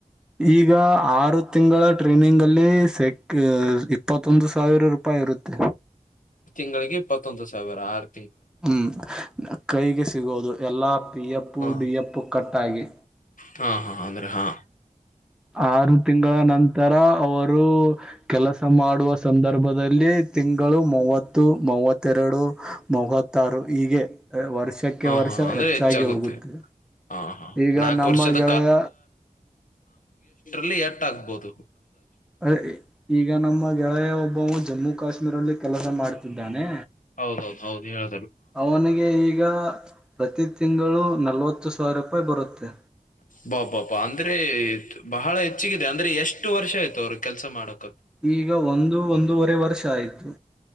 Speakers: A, in the centre; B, on the left.
A: ಈಗಾ ಆರು ತಿಂಗಳ ಟ್ರೈನಿಂಗ್ ಅಲ್ <unintelligible> ಸೆಕ್. ಇಪ್ಪತ್ತೊಂದು ಸಾವಿರ ರೂಪಾಯಿ ಇರುತ್ತೆ.
B: ತಿಂಗಳಿಗೆ ಇಪ್ಪತ್ತೊಂದು ಸಾವಿರ ಆರ್.
A: ಹ್ಮ್ ಕೈಗೆ ಸಿಗೋದು ಎಲ್ಲಾ ಪಿಯಪ್ಪು
B: ಹ
A: ಡಿಯಪ್ಪು ಕಟ್ಟಾಗಿ.
B: ಹಾ ಹಾ ಅಂದ್ರ ಹಾ.
A: ಆರು ತಿಂಗಳ ನಂತರ ಅವರು. ಕೆಲಸ ಮಾಡುವ ಸಂದರ್ಭದಲ್ಲಿ ತಿಂಗಳು ಮೂವತ್ತು ಮೂವತ್ತೆರಡು ಮೂವತ್ತಾರು ಈಗೆ ವರ್ಷಕ್ಕೆ
B: ಹಾ
A: ವರ್ಷ
B: ಹಾ ಅಂದ್ರೆ
A: ಹೆಚ್ಚಾಗಿ
B: ಹೆಚ್ಚಾಗುತ್ತೆ
A: ಹೋಗುತ್ತೆ
B: ಹಾ ಹಾ
A: ಈಗ
B: ನಾಲ್ಕು
A: ನಮ್ಮ
B: ವರ್ಷದ
A: ಗೆಳೆಯ.
B: ಲ್ಲಿ ಎಟ್ಟ ಆಗಬೌದು.
A: ಅ ಇ ಈಗ. ಎ ನಮ್ಮಗೆಳೆಯ್. ಜಮ್ಮು ಕಶ್ಮೀರಲ್ಲಿ. ಕೆಲಸ ಮಾಡ್ತಿದ್ದಾನೆ.
B: ಹೌದೌದ. ಹೌದ ನೀ ಹೇಳ.
A: ಅವನಿಗೆ ಈಗಾ. ಪ್ರತಿ ತಿಂಗಳು ನಲವತ್ತು ಸಾವಿರ ರೂಪಾಯಿ ಬರುತ್ತೆ.
B: ಬಾ ಬಾಪಾ ಅಂದ್ರೆ ಬಹಳ ಹೆಚ್ಚಗಿದೆ ಅಂದ್ರೆ ಎಷ್ಟು ವರ್ಷ ಆಯ್ತು ಅವರ ಕೆಲ್ಸ ಮಾಡಕ್.
A: ಈಗ ಒಂದು ಒಂದೂವರೆ ವರ್ಷಾಯಿತು.